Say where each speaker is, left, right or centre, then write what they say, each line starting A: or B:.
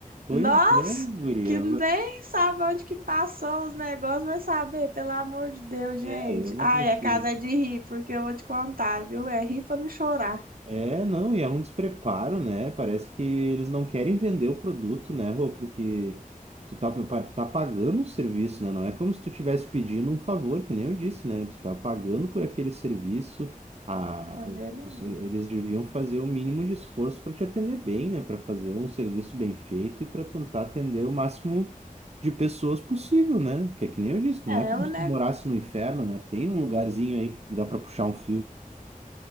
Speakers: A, on the right (about 45°); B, on the right (about 80°).
A: Pois
B: nós
A: é, guria,
B: que nem sabe onde que passou os negócios, vai saber, pelo amor de Deus, gente.
A: é, eu não
B: Ai,
A: consigo.
B: a casa é de rir, porque eu vou te contar, viu? É rir para não chorar.
A: É, não, e é um despreparo, né? Parece que eles não querem vender o produto, né, Rô? Porque tu tá, tu tá pagando o serviço, né? Não é como se tu estivesse pedindo um favor, que nem eu disse, né? Tu tá pagando por aquele serviço, a,
B: É verdade.
A: os- eles deviam fazer o mínimo de esforço para te atender bem, né? Para fazer um serviço bem feito e para tentar atender o máximo de pessoas possível, né? Que é que nem eu disse, não
B: É,
A: é como
B: o
A: se
B: negócio.
A: tu morasse no inferno, né? Tem um lugarzinho aí que dá para puxar um fio.